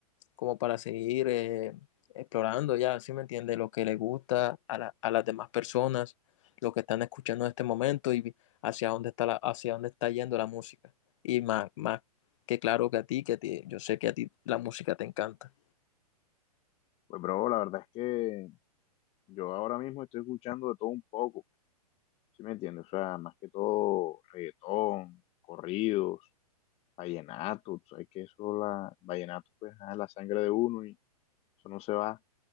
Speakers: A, on the left; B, on the left.
A: como para seguir eh, explorando ya, ¿sí me entiende? Lo que le gusta a, la- a las demás personas, lo que están escuchando en este momento y hacia dónde está, la- hacia dónde está yendo la música. Y más, más que claro que a ti, que a ti- yo sé que a ti la música te encanta.
B: Pues, bro, la verdad es que yo ahora mismo estoy escuchando de todo un poco, ¿sí me entiendes? O sea, más que todo reggaetón, corridos, vallenato, tú sabes que eso, la, vallenato, pues, ah, es la sangre de uno y eso no se va.